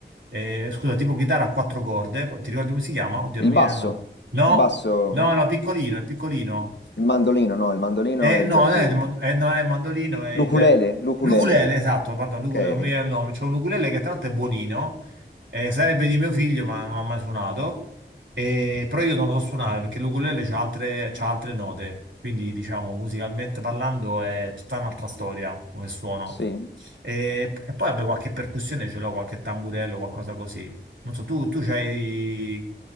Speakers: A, on the right; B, on the left.
A: eh, scusa, tipo chitarra a quattro corde. Ti ricordi come si chiama? Oddio,
B: Il
A: non mi
B: basso,
A: viene il nome. No,
B: il basso,
A: no, no, piccolino, è piccolino.
B: il mandolino, no, il mandolino
A: Eh,
B: è
A: no,
B: già
A: non
B: più...
A: è, il mand- eh, non è il mandolino, è il...
B: L'ukulele, l'ukulele.
A: L'ukulele, esatto, pardon,
B: Ok,
A: l'ukulele, non mi viene il nome. C'è un ukulele che tra l'altro è buonino, eh, sarebbe di mio figlio, ma non ha mai suonato. Eh, però io non lo so suonare perché l'ukulele c'ha altre, c'ha altre note, quindi diciamo musicalmente parlando è tutta un'altra storia come suono.
B: sì.
A: E, e poi vabbè, qualche percussione ce l'ho, qualche tamburello, qualcosa così. Non so, tu, tu c'hai